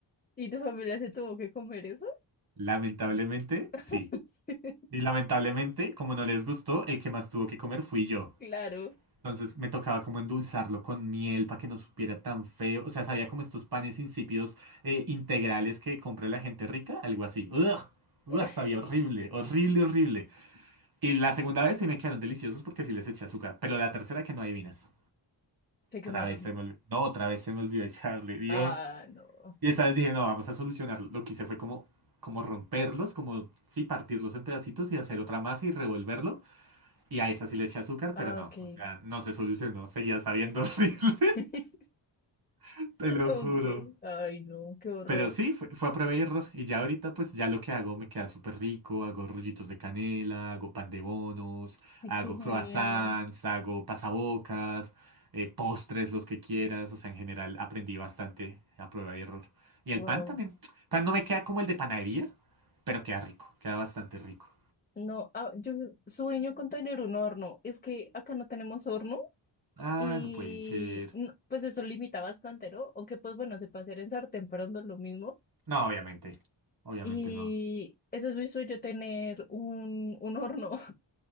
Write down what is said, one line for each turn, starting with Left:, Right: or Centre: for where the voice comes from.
Left: ¿Y tu familia se tuvo que comer eso?
Right: lamentablemente, sí.
Left: <laughs>
Right: Y lamentablemente, como no les gustó, el que más tuvo que comer fui yo.
Left: Claro.
Right: Entonces me tocaba como endulzarlo con miel para que no supiera tan feo. O sea, sabía como estos panes insípidos eh, integrales que compra la gente rica, algo así. ¡Ugh! ¡Ugh!
Left: <laughs>
Right: Sabía horrible, horrible, horrible. Y la segunda vez sí me quedaron deliciosos porque sí les eché azúcar. Pero la tercera que no adivinas.
Left: Se quemaron.
Right: Otra vez se me olvidó. No, otra vez se me olvidó echarle, Dios.
Left: Ah, no.
Right: Y esa vez dije, no, vamos a solucionarlo. Lo que hice fue como, como romperlos, como, sí, partirlos en pedacitos y hacer otra masa y revolverlo. Y a esa sí le eché azúcar,
Left: Ah,
Right: pero no,
Left: ok.
Right: o sea, no se solucionó. Seguía sabiendo horrible,
Left: <laughs>
Right: <laughs> te lo
Left: Ok,
Right: juro.
Left: ay no, qué horror.
Right: Pero sí, fue, fue a prueba y error. Y ya ahorita, pues ya lo que hago me queda súper rico. Hago rollitos de canela, hago pan de bonos,
Left: Ay,
Right: hago
Left: qué genial.
Right: croissants, hago pasabocas, eh, postres, los que quieras. O sea, en general aprendí bastante a prueba y error. Y el
Left: Wow.
Right: pan también. Pan no me queda como el de panadería, pero queda rico, queda bastante rico.
Left: No, ah, yo sueño con tener un horno. Es que acá no tenemos horno
Right: Ah,
Left: y
Right: no puede ser.
Left: no, pues eso limita bastante, ¿no? Aunque pues bueno, se puede hacer en sartén, pero no es lo mismo.
Right: No, obviamente. Obviamente
Left: Y
Right: no.
Left: ese es mi sueño, tener un, un horno, <laughs>